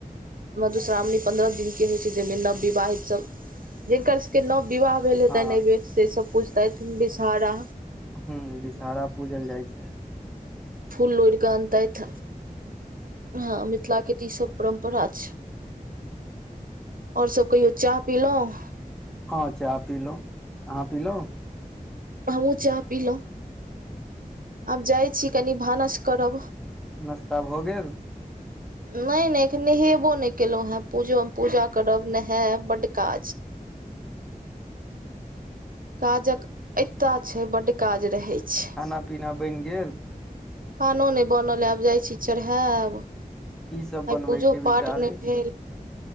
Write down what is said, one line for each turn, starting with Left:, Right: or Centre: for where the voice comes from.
Right: मधुश्रावणी पन्द्रह दिन के होइ छै जहिमे नव विवाहित सब जिनकरसके नव विवा भेलताै
Centre: हँ
Right: नहि भेल से सब पूछता है तु बिसार
Centre: ह विषहारा पूजल जाइ छ
Right: फूल लोड़ कऽ अनत ह मिथिला क ई सब परम्परा छै ओर सब कहियो चाह पीलहुं
Centre: हँ चाह पी लो अहाँ पी ल
Right: हमूँ चाह पीिलहुँ आब जाइ छी कनि भानस कब
Centre: नास्ता भऽ गे
Right: नहि नहि एख नहेबो नहि केलहु हेँ पूजो पूजा करब नहायब बड का काजक एता छै बडड काज रहे छ
Centre: खाना पीना बनि गे
Right: खानो नहि बनल आब जाइत छी चढ़ाब
Centre: की सब बनबै
Right: आइ पूजो
Centre: के विचार
Right: पाठ
Centre: अछि
Right: नहि भे